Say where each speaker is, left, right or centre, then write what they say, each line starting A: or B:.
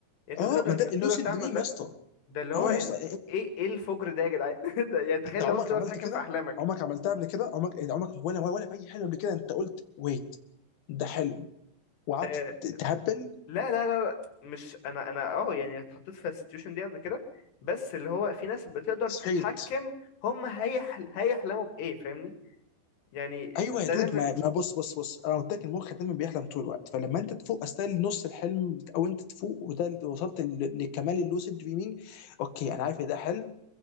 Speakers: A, on the left; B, on the left.
A: انت
B: اه
A: تقدر
B: ما ده
A: انت
B: اللوسيد
A: تقدر تعمل
B: دريم
A: ده
B: يا اسطى
A: ده اللي هو
B: اه
A: انت
B: يا اسطى
A: ايه ايه الفجر ده يا جدعان <laughs> ده يعني تخيل
B: انت عمرك
A: لو انت تقدر
B: عملت
A: تتحكم
B: كده
A: في احلامك
B: عمرك عملتها قبل كده عمرك يعني عمرك ولا ولا في اي حلم قبل كده انت قلت ويت ده حلم وقعدت
A: آه
B: تهبل
A: لا لا لا لا، مش انا انا اه يعني اتحطيت في السيتويشن دي قبل كده بس اللي هو في ناس بتقدر
B: صحيت
A: تتحكم هما هيحل... هيحلموا بايه فاهمني يعني
B: ايوه
A: ده
B: يا دود
A: ليفل
B: ما ما بص بص بص انا قلت لك المخ دايما بيحلم طول الوقت فلما انت تفوق اثناء نص الحلم او انت تفوق وده اللي وصلت ل- لكمال اللوسيد دريمينج اوكي انا عارف ان ده حلم